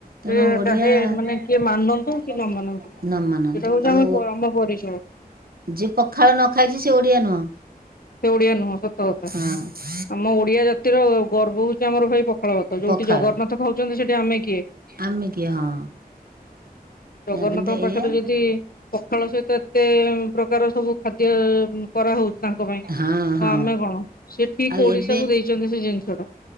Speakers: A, on the right (about 70°); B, on the left (about 65°).
A: ତେଣୁ
B: ସେ
A: ଓଡ଼ିଆ
B: ଚାହେ
A: ନ
B: ମାନେ କିଏ ମାନନ୍ତୁ କି ମାନନ୍ତୁ
A: ମାନନ୍ତୁ
B: ଏଇଟା ହଉଛି ଆମ
A: ଆଉ
B: ଆମ ପରିଚୟ
A: ଯିଏ ପଖାଳ ନ ଖାଇଛି ସେ ଓଡ଼ିଆ ନୁହଁ।
B: ସେ ଓଡିଆ ନୁହଁ ସତ କଥା
A: ହଁ।
B: ଆମ ଓଡ଼ିଆ ଜାତିର ଗର୍ବ ହଉଛି ଆମର ଭାଇ ପଖାଳ ଭାତ। ତ ଯୋଉଠି
A: ପଖାଳ
B: ଜଗନ୍ନାଥ ଖାଉଛନ୍ତି ସେଠି ଆମେ କିଏ।
A: ଆମେ କିଏ ହଁ
B: ଜଗନ୍ନାଥଙ୍କ
A: କିନ୍ତୁ
B: ପାଖରେ
A: ଏଇଆ
B: ଯଦି ପଖାଳ ସହିତ ଏତେ ପ୍ରକାର ସବୁ ଖାଦ୍ୟ କରାହଉଛି ତାଙ୍କ ପାଇଁ
A: ହଁ ହଁ
B: ହ ଆମେ କଣ ସେ ଠିକ୍
A: ଆଉ
B: ଓଡ଼ିଶା
A: ଏବେ
B: କୁ ଦେଇଛନ୍ତି ସେ ଜିନିଷ କୁ